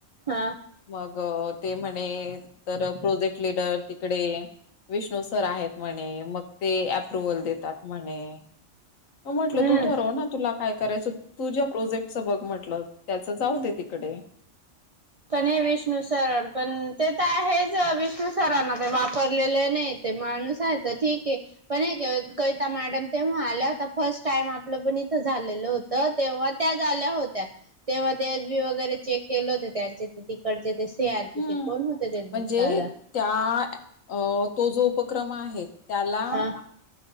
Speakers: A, on the right; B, on the left.
A: हा...
B: मग ते म्हणे तर प्रोजेक्ट लिडर तिकडे. विष्णू सर आहेत म्हणे मग ते अप्रुव्हल देतात म्हणे. म्हटलं
A: हम्म.
B: तू ठरव ना तु ला. काय करायचं तू ज्या प्रोजेक्टचं बघ म्हटलं त्याच जाऊ दे तिकडे.
A: पण हे विष्णु सरण पण ते तर आहेच विष्णु. सरांना ते वापरलेले नाही ते माणूस आहे तर ठीक आहे पण हे का कविता मॅडम. तेव्हा आल्या होत फर्स्ट टाइम आपलं पण इथं झालेलं होत तेव्हा त्या. ल्या होत्या तेव्हा ते एस बी वगैरे चेक केले होत त्यां. तिकडचे ते से आर पी
B: हम्म
A: ते कोण होते ते
B: म्हणजे
A: दादा.
B: त्या अ तो जो उपक्रम आहेत त्याला
A: हा